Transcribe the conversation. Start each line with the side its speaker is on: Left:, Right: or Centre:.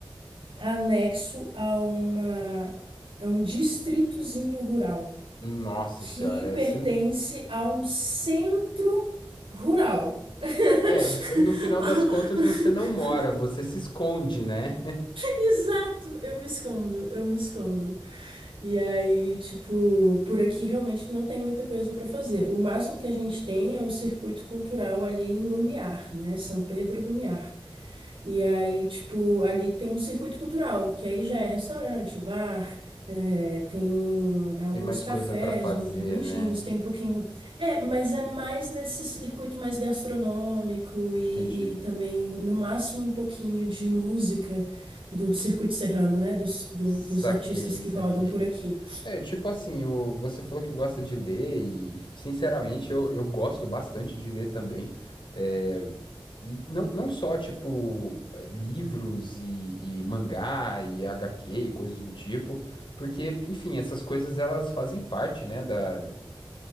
Right: anexo a uma, a um distritozinho rural
Left: Nossa
Right: que
Left: senhora,
Right: pertence
Left: é, você-
Right: a um centro rural. <laughs>
Left: é, no final das contas você não mora, você se esconde, né?
Right: Exato, eu me escondo, eu me escondo. E aí, tipo, por aqui realmente não tem muita coisa para fazer. O máximo que a gente tem é um circuito cultural ali em Lumiar, né? São Pedro
Left: <laughs>
Right: Lumiar. E aí, tipo, ali tem um circuito cultural, que aí já é restaurante, bar, é, tem alguns
Left: Tem mais
Right: cafés
Left: coisa pra fazer,
Right: muito bonitinhos,
Left: né?
Right: tem um pouquinho. É, mas é mais nesse circuito mais gastronômico e,
Left: Entendi.
Right: e também, no máximo, um pouquinho de música do circuito serrano, né? Dos, do-
Left: Saquei,
Right: dos artistas que
Left: saquei.
Right: rodam por aqui.
Left: É, tipo assim, o, você falou que gosta de ler e, sinceramente, eu, eu gosto bastante de ler também. É, e não, não só, tipo, eh, livros e, e mangá e HQ e coisas do tipo, porque, enfim, essas coisas elas fazem parte, né, da,